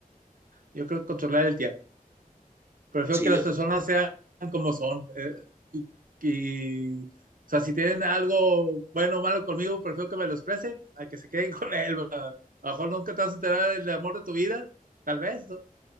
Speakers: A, on the right; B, on the right.
A: yo creo que controlar el tiempo. Prefiero
B: Sí,
A: que las
B: yo también.
A: personas sean como son. eh, y, y, o sea, si tienen algo bueno o malo conmigo, prefiero que me lo expresen a que se queden <laughs> con él. ¿verdad? A lo mejor nunca te vas a enterar del amor de tu vida, tal vez. ¿no?